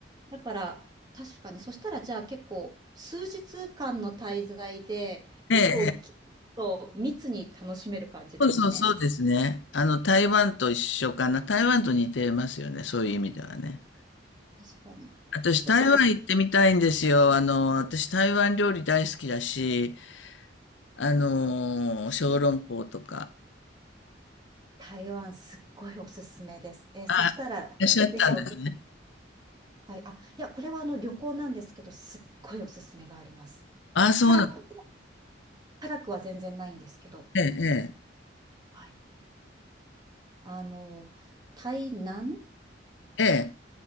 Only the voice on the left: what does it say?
ええ、えそうそうそうですね。あの、台湾と一緒かな。台湾と似てますよね。そういう意味ではね。
私、
台湾行ってみたいんですよ。あの、私、台湾料理大好きだし、あの、小籠包とか。
あ、いらっしゃったんですね。
あ、そうなん
ええ、
ええ、